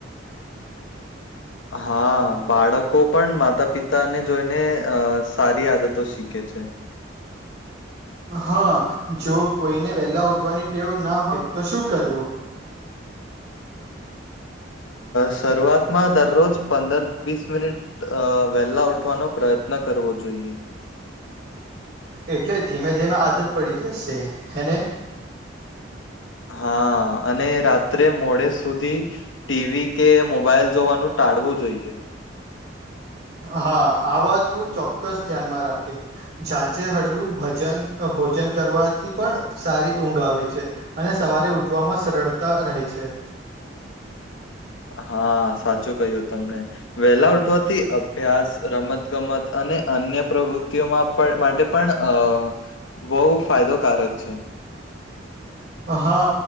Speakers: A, on the left; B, on the right.
A: હા બાળકો પણ માતા પિતાને જોઈને અ સારી આદતો શીખે છે.
B: હા જો કોઈને વેલા ઉઠવાની ટેવ ના હોય તો શું કરવું
A: શરૂઆતમાં દરરોજ પંદર વીસ મિનિટ વેહેલા ઉઠવાનો પ્રયત્ન કરવો જોઈએ
B: એટલે ધીમે ધીમે આદત પડી જશે હેને
A: હા અને રાત્રે મોડે સુધી ટીવી કે મોબાઈલ જોવાનું ટાળવું જોઈએ
B: હા આ વાત હું ચોક્કસ ધ્યાનમાં રાખીશ ઝાંઝે હળવું ભજન ભોજન કરવાથી પણ સારી ઊંઘ આવે છે. અને સવારે ઉઠવામાં સરળતા રહે છે
A: હા સાચું કહ્યું તમને વેલા ઉઠવાથી અભ્યાસ રમત ગમત અને અન્ય પ્રવૃતિઓમાં માટે પણ અ બહુ ફાયદોકારક છે.
B: હા